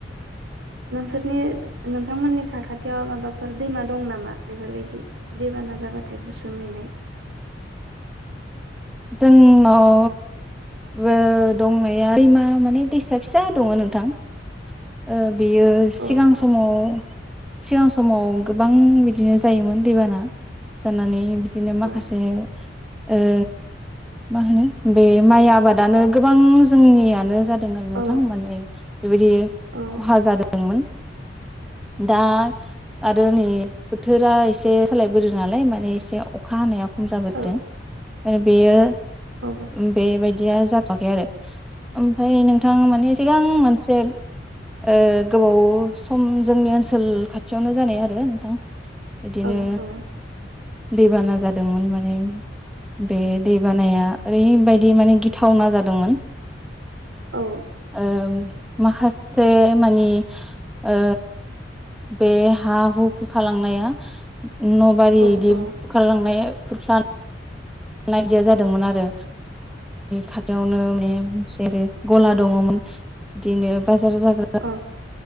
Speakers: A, on the right; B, in the centre.
A: नोंसोरनि नोंथांमोननि साखाथियाव माबाफोर दैमा दं नामा बेफोरबायदि दैबाना जाबाथाय बुसोमहैनाय
B: जोंनाव ओ दंनाया दैमा माने दैसा फिसा दङ नोंथां ओ बेयो सिगां
A: औ औ
B: समाव सिगां समाव गोबां बिदिनो जायोमोन दैबाना जानानै। बिदिनो माखासे।
A: औ
B: ओ। मा होनो बे माइ आबादानो गोबां जोंनियानो जाद जोंहानि नोंथां
A: औ
B: माने बेबायदि
A: औ
B: खहा जादोंमोन। दा आरो नै बोथोरा एसे सालायबोदो नालाय माने एसे अखा हानायाव खम जाबोदों।
A: औ
B: ओ बेयो।
A: औ
B: ओ बेबाय दिया जाथ'वाखै आरो ओमफ्राय नों थां माने सिगां मोनसे ओ गोबाव सम जोंनि ओनसोल खाथियावनो जानाय आरो नोंथां बिदिनो
A: औ औ
B: दैबाना जादोंमोन माने बे दैबानाया ओरैबायद दि माने गिथावना जादोंमोन।
A: औ
B: ओम। माखासे मानि ओ बे हा हु खुरखालांनाया न' बारि
A: औ
B: बिद
A: औ
B: बुखारलांनाय खुरख्ला <unintelligible> आंनि खाथियावनो माने जेरै गला दङमोन बिदिनो बा जारफोर जाग्रा
A: औ